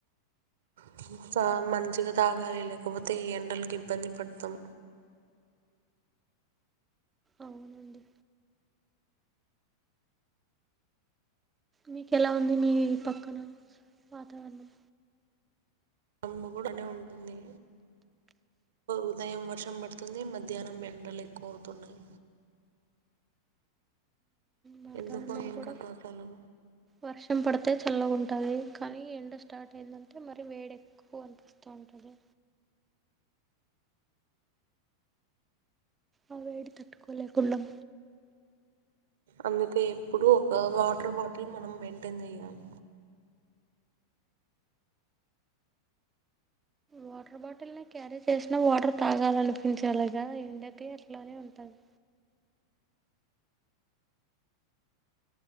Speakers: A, on the right (about 55°); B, on the right (about 15°).
A: ఓ <unintelligible> మంచిగా తాగాలి లేకపోతే ఈ ఎండలకి ఇబ్బంది పడతాం
B: అవునండి మీకు ఎలా ఉంది మీ పక్కన వాతావరణం
A: రంగు కూడానే ఉంటుంది, ఉదయం వర్షం పడుతుంది మధ్యాహ్నం ఎండలు ఎక్కువ అవుతున్నాయి
B: వాతావరణం
A: ఎందుకో ఏం
B: కూడా
A: కథో అసలు
B: వర్షం పడు అతే చల్లగా ఉంటుంది, కానీ ఎండ స్టార్ట్ అయిందంటే మరి వేడి ఎక్కువ అనిపిస్తూ ఉంటుంది ఆ వేడి తట్టుకోలేక ఉన్నాం
A: అందుకే ఎప్పుడు ఒక వాటర్ బాటిల్ మనం మెయింటైన్ చెయాలి
B: వాటర్ బాటిల్ని క్యారీ చేసినా వాటర్ తాగాలనిపించేలాగా ఎండకి ఎట్లానే ఉంటుంది